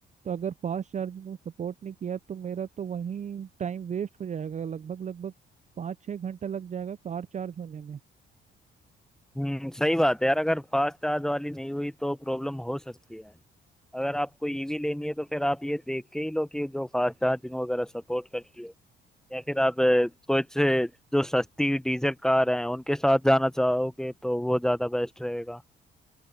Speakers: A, on the right; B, in the centre.
A: तो अगर फास्ट चार्जिंग को सपोर्ट नहीं किया तो मेरा तो वहीं टाइम वेस्ट हो जाएगा लगभग लगभग पाँच छः घंटा लग जाएगा कार चार्ज होने में
B: हम्म सही बात है यार अगर फास्ट चार्ज वाली नहीं हुई तो प्रॉब्लम हो सकती है अगर आपको ईवी लेनी है तो फिर आप ये देख के ही लो कि जो फास्ट चार्जिंग वगैरह सपोर्ट करती है या फिर आप अ, कुछ अ, जो सस्ती डीजल कार हैं उनके साथ जाना चाहोगे तो वो ज़्यादा बेस्ट रहेगा